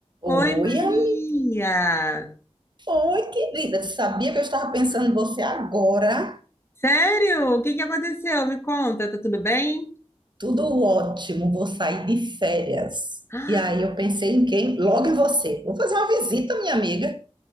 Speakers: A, on the left; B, on the right.
A: Oi,
B: Oi,
A: Maria!
B: am- Oi, querida. Sabia que eu estava pensando em você agora?
A: Sério? O que que aconteceu? Me conta, tá tudo bem?
B: Tudo ótimo, vou sair de férias.
A: Ah,
B: E aí eu pensei em quem? Logo em você. Vou fazer uma visita, minha amiga.